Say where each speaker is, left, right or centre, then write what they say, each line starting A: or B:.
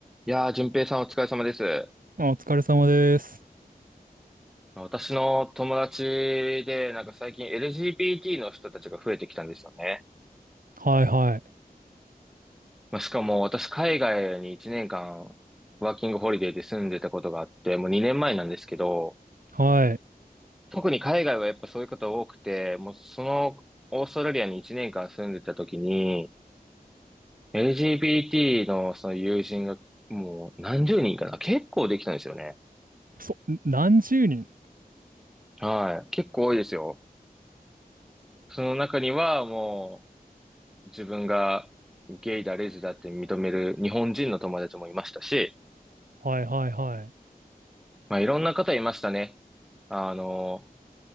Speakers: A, in the centre; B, on the right.
A: いやー、淳平さんお疲れ様です。
B: あ、お疲れ様です。
A: 私の友達で、なんか最近 LGBT の人たちが増えてきたんですよね。
B: はいはい。
A: まあ、しかも私海外に1年間ワーキングホリデーで住んでたことがあって、もう2年前なんですけど、
B: はい。
A: 特に海外はやっぱそういう方多くて、もうそのオーストラリアに1年間住んでた時に、LGBT のその友人がもう何十人かな、結構できたんですよね。
B: そ、何十人
A: はい。結構多いですよ。その中にはもう、自分がゲイだ、レズだって認める日本人の友達もいましたし、
B: はいはいはい。
A: まあ、いろんな方いましたね。あの、